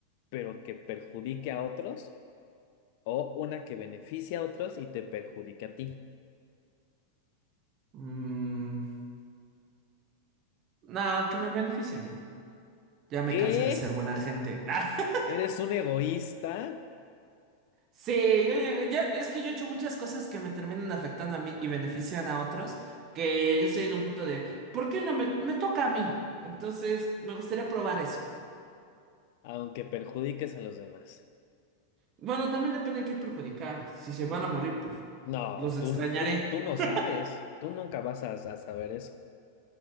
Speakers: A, on the left; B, on the right.
A: pero que perjudique a otros, o una que beneficie a otros y te perjudique a ti.
B: Mm, no, que me beneficie a mí. Ya me
A: ¿Qué?
B: cansé de ser agente. <laughs>
A: ¿Eres un egoísta,
B: Sí, yo llegué- yo- es que yo he hecho muchas cosas que me terminan afectando a mí y benefician a otros, que yo estoy en un punto de, ¿por qué no me, me toca a mí? Entonces, me gustaría probar eso.
A: aunque perjudiques a los demás?
B: Bueno, también depende en qué perjudicar. Si se
A: Mm,
B: van a morir, pues,
A: No,
B: los extrañaré.
A: tú, tú, tú no
B: <laughs>
A: sabes. Tú nunca vas a, a saber eso.